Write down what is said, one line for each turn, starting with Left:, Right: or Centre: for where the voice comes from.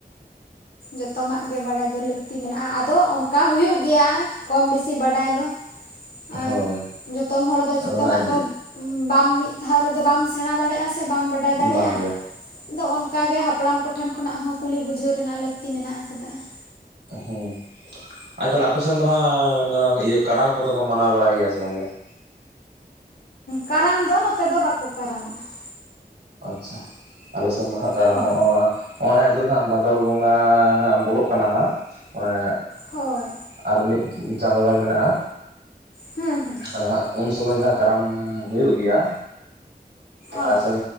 Left: ᱡᱚᱛᱚᱱᱟᱜ ᱜᱮ ᱵᱟᱲᱟᱭ ᱫᱚ ᱞᱟᱹᱠᱛᱤ ᱢᱮᱱᱟᱜ-ᱟ, ᱟᱫᱚ ᱚᱱᱠᱟ ᱦᱩᱭᱩᱜ ᱜᱮᱭᱟ ᱠᱚᱢ ᱵᱤᱥᱤ ᱵᱟᱰᱟᱭ ᱫᱚ, ᱟᱨ
Right: ᱦᱳᱭ
Left: ᱡᱚᱛᱚᱱ ᱦᱚᱲ ᱫᱚ ᱡᱚᱛᱚᱱᱟᱜ
Right: ᱟᱫᱚ ᱦᱟᱸᱜ
Left: ᱫᱚ ᱵᱟᱢ, ᱢᱤᱫ ᱫᱷᱟᱣ ᱨᱮᱫᱚ ᱵᱟᱢ ᱥᱮᱬᱟ ᱫᱟᱲᱮᱜ-ᱟ ᱥᱮ ᱵᱟᱢ ᱵᱟᱰᱟᱭ ᱫᱟᱲᱮᱜ-ᱟ᱾
Right: ᱵᱟᱝᱜᱮ
Left: ᱫᱚ ᱚᱱᱠᱟ ᱜᱮ ᱦᱟᱯᱲᱟᱢ ᱠᱚᱴᱷᱮᱱ ᱠᱷᱚᱱᱟᱜ ᱦᱚᱸ ᱠᱩᱞᱤ ᱵᱩᱡᱷᱟᱹᱣ ᱨᱮᱱᱟᱜ ᱞᱟᱹᱠᱛᱤ ᱢᱮᱱᱟᱜ ᱟᱠᱟᱫᱟ ᱾
Right: ᱦᱮᱸ ᱟᱨ ᱛᱟᱦᱞᱮ ᱟᱯᱮ ᱥᱮᱱ ᱫᱚ ᱦᱟᱸᱜ ᱢᱮᱱ ᱜᱟᱱᱚᱜ ᱤᱭᱟᱹ ᱠᱟᱨᱟᱢ ᱠᱚᱫᱚ ᱠᱚ ᱢᱟᱱᱟᱣ ᱵᱟᱲᱟᱭ ᱜᱮᱭᱟ ᱥᱮ ᱵᱟᱝ ᱜᱮ ᱾
Left: ᱠᱟᱨᱟᱢ ᱫᱚ ᱱᱚᱛᱮ ᱫᱚ ᱵᱟᱠᱚ ᱠᱟᱨᱟᱢᱚᱜᱼᱟ ᱾
Right: ᱟᱪᱪᱷᱟ ᱟᱞᱮ ᱥᱮᱱ ᱫᱚ ᱦᱟᱸᱜ ᱠᱟᱨᱟᱢᱚᱜᱼᱟ᱾
Left: ᱦᱳᱭ
Right: ᱱᱚᱜᱼᱚᱭ ᱦᱟᱸᱜ ᱱᱤᱛᱚᱜ ᱫᱚ ᱦᱟᱸᱜ ᱵᱷᱟᱫᱚᱨ ᱵᱚᱸᱜᱟ ᱦᱟᱸᱜ ᱵᱚᱞᱚᱜ ᱠᱟᱱᱟ ᱦᱟᱸᱜ ᱚᱱᱮ
Left: ᱦᱳᱭ᱾
Right: ᱟᱨ ᱢᱤᱫ ᱪᱟᱸᱫᱚ ᱜᱟᱱ ᱢᱮᱱᱟᱜᱼᱟ
Left: ᱦᱩᱸ ᱦᱩᱸ
Right: ᱟᱫᱚ ᱦᱟᱸᱜ ᱩᱱ ᱥᱚᱢᱚᱭ ᱦᱟᱜ ᱠᱟᱨᱟᱢ ᱦᱳᱭᱳᱜ ᱜᱮᱭᱟ᱾ ᱟᱞᱮ
Left: ᱚ
Right: ᱥᱮᱱ